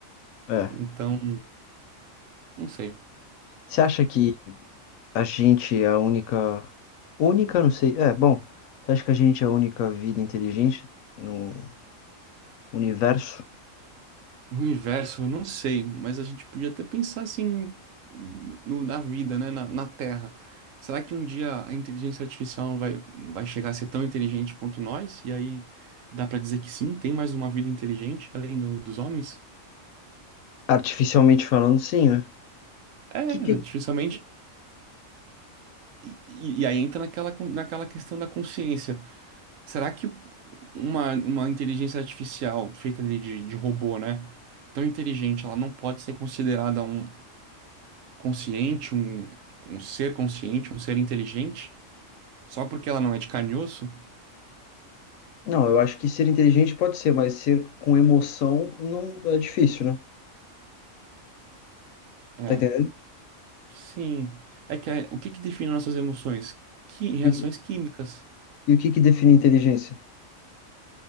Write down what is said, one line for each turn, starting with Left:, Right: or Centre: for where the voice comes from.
Left: É.
Right: então, não sei.
Left: Você acha que a gente é a única. Única, não sei. É, bom. Você acha que a gente é a única vida inteligente no universo?
Right: No universo, eu não sei, mas a gente podia até pensar assim no- na vida, né? Na, na Terra. Será que um dia a inteligência artificial vai, vai chegar a ser tão inteligente quanto nós? E aí dá pra dizer que sim, tem mais uma vida inteligente além do- dos homens?
Left: Artificialmente falando, sim, né?
Right: É,
Left: que, que,
Right: artificialmente. E, e- e aí entra naquela, con- naquela questão da consciência. Será que uma, uma inteligência artificial feita ali de, de robô, né? Tão inteligente, ela não pode ser considerada um, consciente, um, um ser consciente, um ser inteligente, só porque ela não é de carne e osso?
Left: Não, eu acho que ser inteligente pode ser, mas ser com emoção não é difícil, né?
Right: É,
Left: Tá entendendo?
Right: sim. É que é- o que que define nossas emoções? Que reações
Left: E,
Right: químicas?
Left: e o que que define inteligência?